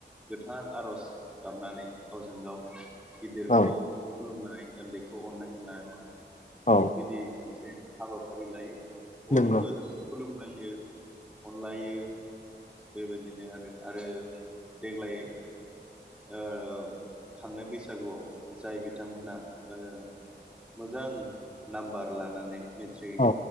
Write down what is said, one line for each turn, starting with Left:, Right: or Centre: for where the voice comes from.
Centre: गोथार आर'ज गाबनानै गावजों गाव गिदिरखौ
Left: औ
Centre: खुलुमनाय उन्दैखौ अननाय होनाय-
Left: औ
Centre: बिदि मोन से हाबाफारि लायो। बयबो
Left: नंगौ
Centre: खलुमनाय। यो अनलायो बेबायदिनो आरो आरो देग्लायै ओ थांनाय बैसागुआव जाय बिथांमोनहा ओ मोजां नामबार लानानै- मेट्रिक
Left: औ